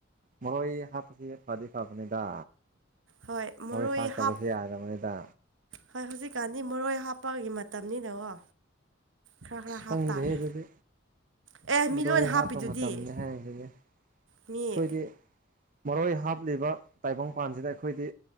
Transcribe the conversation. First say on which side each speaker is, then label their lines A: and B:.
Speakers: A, on the right; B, on the right.
A: ꯃꯣꯏ ꯍꯥꯞꯄꯗꯤ ꯐꯔꯗꯤ ꯐꯥꯕꯅꯦꯗ
B: ꯍꯣꯏ ꯃꯔꯣꯏ
A: ꯃꯣꯏ ꯊꯥꯛꯇꯕꯁꯦ
B: ꯍꯥꯞ
A: ꯌꯥꯗꯕꯅꯤꯗ
B: ꯍꯣꯏ ꯍꯧꯖꯤꯛꯀꯥꯟꯗꯤ ꯃꯔꯣꯏ ꯍꯥꯞꯄꯒꯤ ꯃꯇꯝꯅꯤꯅꯀꯣ ꯈꯔ ꯈꯔ ꯍꯥꯞ
A: ꯁꯪꯗꯦꯗ
B: ꯇꯥꯔꯦ
A: ꯑꯗꯨ
B: ꯑꯦ ꯃꯤ
A: ꯃꯔꯣꯏ
B: ꯂꯣꯏꯅ ꯍꯥꯞꯄꯤꯗꯨꯗꯤ
A: ꯍꯥꯞꯄ ꯃꯇꯝꯅꯤꯅꯦ ꯍꯥꯏꯕꯗꯤ ꯑꯩꯈꯣꯏꯗꯤ
B: ꯃꯤ
A: ꯃꯔꯣꯏ ꯍꯥꯞꯂꯤꯕ ꯇꯥꯏꯕꯪꯄꯥꯟꯁꯤꯗ ꯑꯩꯈꯣꯏꯗꯤ